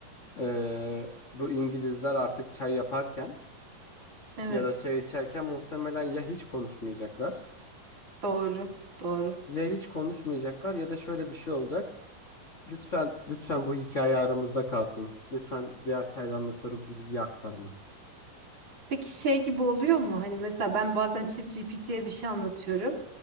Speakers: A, on the left; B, on the right.
A: Ee, bu İngilizler artık çay yaparken
B: Evet.
A: ya da çay içerken muhtemelen ya hiç konuşmayacaklar
B: Doğru. Doğru.
A: ya hiç konuşmayacaklar ya da şöyle bir şey olacak. Lütfen lütfen bu hikaye aramızda kalsın. Lütfen diğer çaydanlıklara bilgi aktarma.
B: Peki şey gibi oluyor mu? Hani mesela ben bazen ChatGPT'ye bir şey anlatıyorum.